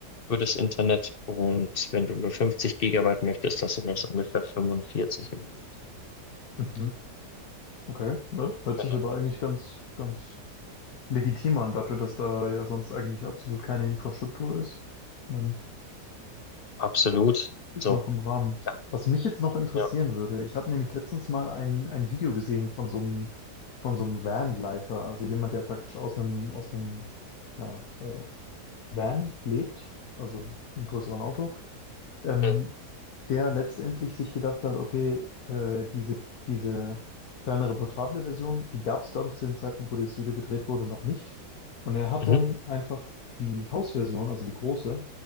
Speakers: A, on the left; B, on the left.
A: für das Internet. Und wenn du nur 50 Gigabyte möchtest, das sind das ungefähr 45 im Monat.
B: Mhm. Okay. Ja, hört
A: Genau.
B: sich aber eigentlich ganz, ganz legitim an dafür, dass da ja sonst eigentlich absolut keine Infrastruktur ist. Man
A: Absolut.
B: ist
A: So.
B: noch im Rahmen.
A: Ja.
B: Was mich jetzt noch interessieren
A: Ja.
B: würde, ich habe nämlich letztens mal ein, ein Video gesehen von so einem, von so einem Vanlifer, also jemand, der praktisch aus einem, aus einem, ja, äh, Van lebt, also einem größeren Auto ähm,
A: Mhm.
B: der letztendlich sich gedacht hat, okay, äh, diese, diese kleinere portable Version, die gab es, glaube ich, zu dem Zeitpunkt, wo dieses Video gedreht wurde, noch nicht. Und er hat
A: Mhm.
B: dann einfach die Hausversion, also die große,